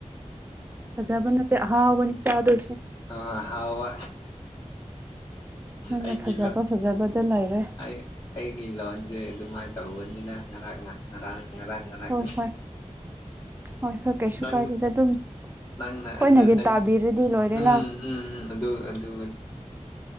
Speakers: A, on the right (about 15°); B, on the left (about 35°).
A: ꯈꯖꯕꯟꯅꯠꯇꯦ ꯑꯍꯥꯎꯕꯅꯤ ꯆꯥꯗꯣꯏꯁꯦ
B: ꯑ ꯍꯥꯎꯕ
A: ꯅꯪꯅ
B: ꯑꯩꯒꯤ
A: ꯐꯖꯕ
B: ꯂ
A: ꯐꯖꯕꯗ ꯂꯩꯔꯦ
B: ꯑꯩ ꯑꯩꯒꯤ ꯂꯣꯟꯁꯩ ꯑꯗꯨꯃꯥꯏꯅ ꯇꯧꯕꯅꯤꯅ ꯉꯔꯥꯡ ꯉ ꯉꯔꯥꯡ
A: ꯍꯣꯏ
B: ꯅꯤ
A: ꯍꯣꯏ ꯍꯣꯏ ꯍꯣꯏ ꯀꯩꯁꯨ
B: <unintelligible>
A: ꯀꯥꯏꯗꯦꯗ ꯑꯗꯨꯝ
B: ꯅꯪ <unintelligible>
A: ꯑꯩꯈꯣꯏꯅꯒꯤ ꯇꯥꯕꯤꯔꯗꯤ ꯂꯣꯏꯔꯦꯅ
B: ꯎꯝ ꯎꯝ ꯑꯗꯨ ꯑꯗꯨ